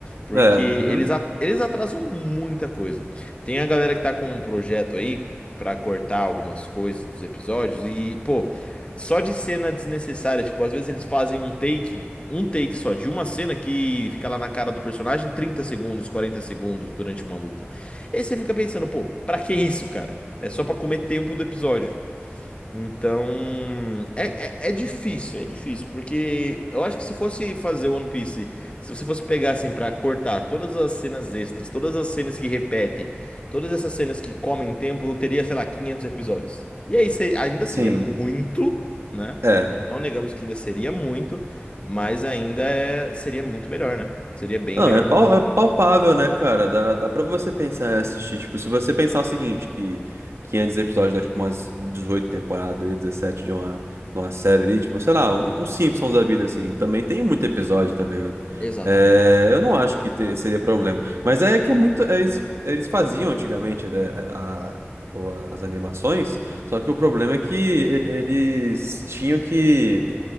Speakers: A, on the left; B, on the right.
A: Porque
B: É,
A: eles,
B: uhum,
A: a- eles atrasam muita coisa. Tem a galera que tá com um projeto aí pra cortar algumas coisas dos episódios e, pô, só de cena desnecessária, tipo, às vezes eles fazem um take, um take só de uma cena que fica lá na cara do personagem 30 segundos, 40 segundos durante uma luta. E aí você fica pensando, pô, pra que isso, cara? É só pra comer tempo do episódio. Então, é, é, é difícil, é difícil, porque eu acho que se fosse fazer One Piece, se você fosse pegar assim pra cortar todas as cenas extras, todas as cenas que repetem, todas essas cenas que comem tempo, eu teria, sei lá, 500 episódios. E aí se- ainda
B: sim,
A: seria muito, né?
B: é.
A: Não negamos que ainda seria muito, mas ainda é- seria muito melhor, né? Seria bem
B: Não,
A: melhor.
B: é, pal- é palpável, né, cara? Dá, dá pra você pensar e assistir. Tipo, se você pensar o seguinte, que 500 episódios dá, tipo, umas 18 temporadas, 17 de uma, de uma série ali, tipo, sei lá, um, um Simpsons da vida, assim. Também tem muito episódio, tá ligado?
A: Exatamente.
B: É, eu não acho que ter- seria problema. Mas é que é muito... é isso- eles faziam antigamente né, a- o- as animações, só que o problema é que e- eles tinham que...